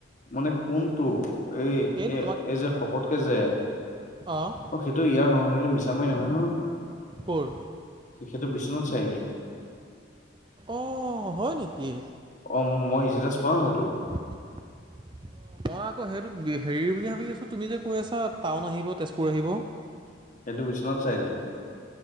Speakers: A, on the left; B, on the right.
A: মানে কোনটো এই
B: এইটো
A: এ এই যে শকতকে যে?
B: অ',
A: অ', সেইটো ইয়াৰ নহয় ন সেইটো মিছামাৰী নহয় নহয়।
B: কৰ?
A: তেখেতটো বিশ্বনাথ চাৰআলি।
B: অ', হয় নেকি?
A: অ', মই ষ্টেটাছ পাওঁ সেইটো।
B: <inaudible> অ', মই আকৌ সেইটো হেৰি বুলি ভাবি আছোঁ তুমি যে কৈ আছা টাউন আহিব তেজপুৰ আহিব।
A: সেইটো বিশ্বনাথ চাৰিআলি।